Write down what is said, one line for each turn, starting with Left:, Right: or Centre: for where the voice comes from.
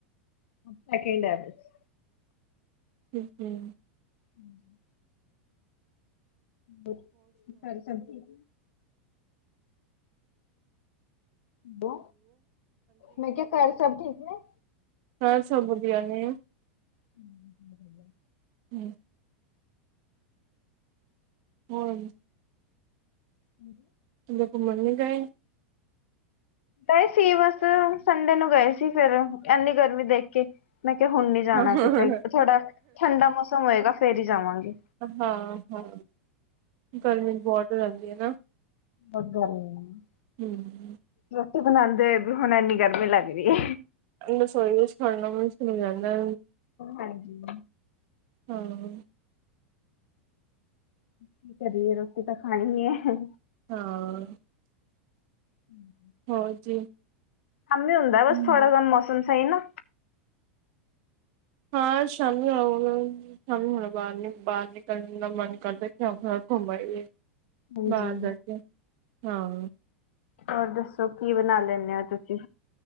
Left: <unintelligible>
Right: ਹਮ ਹਮ।
Left: ਹਾਂਜੀ। ਹੋਰ ਸਾਰੇ ਸਬ ਠੀਕ। ਹੈਲੋ ਮੈਂ ਕਿਹਾ ਘਰ ਸਭ ਠੀਕ ਹੈ।
Right: ਘਰ ਸਬ ਵਧੀਆ ਨੇ।
Left: ਹਮ।
Right: ਹਮ। ਹਮ।
Left: ਹਮ।
Right: ਕੀਤੇ ਘੁੰਮਣ ਨਹੀਂ ਗਏ।
Left: ਗਏ ਸੀ ਬਸ ਸੰਡੇ ਨੂੰ ਗਏ ਸੀ ਫੇਰ ਇਨੀ ਗਰਮੀ ਦੇਖ ਕੇ ਮੈਂ ਕਿਹਾ ਹੁਣ ਨੀ ਜਾਣਾ
Right: ਹਾਂ
Left: ਕਿਤੇ ਥੋੜਾ ਠੰਡਾ ਮੌਸਮ ਹੋਏਗਾ ਫੇਰ ਹੀ ਜਾਵਾਂਗੇ।
Right: ਹਾਂ ਹਾਂ ਗਰਮੀ ਬਹੁਤ ਲੱਗਦੀ ਹੈ ਨਾ।
Left: ਓਹ ਕਿ ਕਹਿੰਦੇ।
Right: ਹਮ।
Left: ਰੋਟੀ ਬਣਾਉਂਦੇ ਵੀ ਹੁਣ ਇੰਨੀ ਗਰਮੀ ਲੱਗ ਰਹੀ ਹੈ।
Right: ਰਸੋਈ ਵਿੱਚ ਖਾਣਾ ਬਣਾਉਣਾ ਮੁਸ਼ਕਿਲ ਹੋ ਜਾਂਦਾ।
Left: ਹਾਂਜੀ।
Right: ਹਾਂ।
Left: ਕੀ ਕਰੀਏ ਰੋਟੀ ਤਾਂ ਖਾਣੀ ਹੈ।
Right: ਹਾਂ।
Left: ਹਮ।
Right: ਹੋਰ ਜੀ।
Left: ਸ਼ਾਮੀ ਹੁੰਦਾ ਬਸ
Right: ਹੂੰ
Left: ਥੋੜਾ ਜਿਆ ਮੌਸਮ ਸਹੀ ਨਾ।
Right: ਹਾਂ ਸ਼ਾਮੀ ਆਓਗੇ। ਸਾਨੂੰ ਹੁਣ ਬਾਹਰ ਨ ਬਾਹਰ ਨਿਕਲਣ ਦਾ ਮਨ ਕਰਦਾ ਕਿਰ ਘੁੰਮਈਏ।
Left: ਹਾਂਜੀ।
Right: ਬਾਹਰ ਜਾਕੇ ਹਾਂ।
Left: ਹੋਰ ਦੱਸੋ ਕੀ ਬਣਾ ਲੈਂਣੇ ਹੋ ਤੁਸੀਂ?